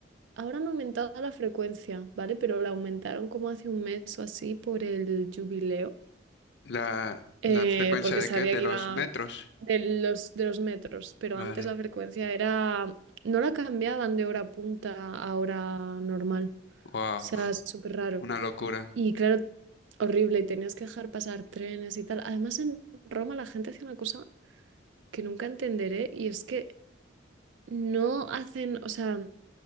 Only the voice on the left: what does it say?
La,
la frecuencia
de
qué? De
los
metros.
Vale.
Wow,
una locura.